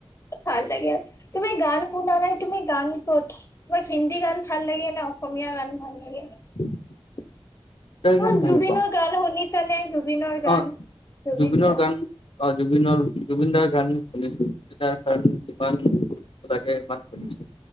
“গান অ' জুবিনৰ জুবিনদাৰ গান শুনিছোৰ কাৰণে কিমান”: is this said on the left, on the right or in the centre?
Left